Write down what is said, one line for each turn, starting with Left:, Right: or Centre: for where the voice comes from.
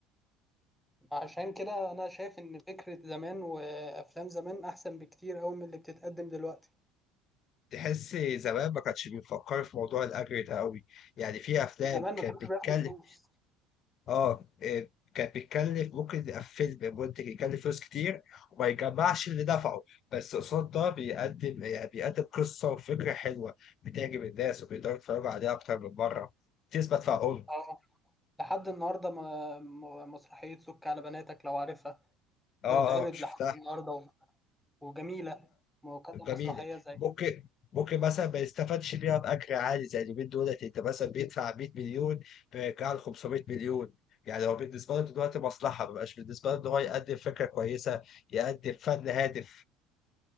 Centre: عشان كده انا شايف ان فكرة زمان وافلام زمان احسن بكتير قوي من اللي بتتقدم دلوقتي
Left: تحس زمان ما كانش بيفكر في موضوع الأجر ده قوي يعني في أفلام
Centre: زمان
Left: كانت
Centre: ما كانوش
Left: بتتكلم
Centre: بياخدوا فلوس
Left: آه إيه، كانت بتتكلف ممكن يبقى فيلم منتج يكلف فلوس كتير وما يجمعش اللي دفعه بس قصاد ده بيقدم يعني بيقدم قصة وفكرة حلوة بتعجب الناس وبيقدروا يتفرجوا عليها أكتر من مرة تثبت في عقولهم
Centre: اه لحد النهارده ما ما- مسرحية سك على بناتك لو عارفها
Left: آه
Centre: بتتعرض
Left: آه شفتها
Centre: لحد النهارده و- وجميلة وكذا
Left: جميلة
Centre: مسرحية زي
Left: ممكن ممكن مثلا ما يستفادش بيها بأجر عالي زي اليومين دولت أنت مثلا بيدفع 100 مليون فيرجع له 500 مليون يعني هو بالنسبة له دلوقتي مصلحة ما بقاش بالنسبة له إن هو يقدم فكرة كويسة يقدم فن هادف